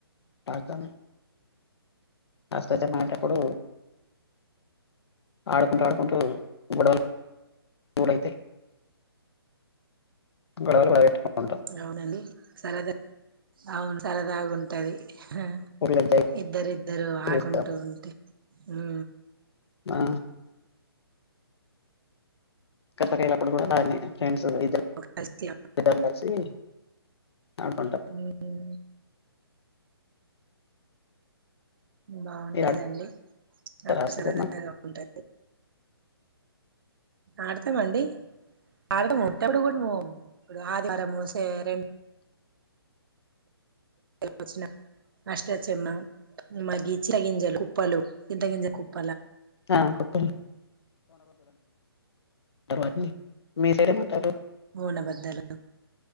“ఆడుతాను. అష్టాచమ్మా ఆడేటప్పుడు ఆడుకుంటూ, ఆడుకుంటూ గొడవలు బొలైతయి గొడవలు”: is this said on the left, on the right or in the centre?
Left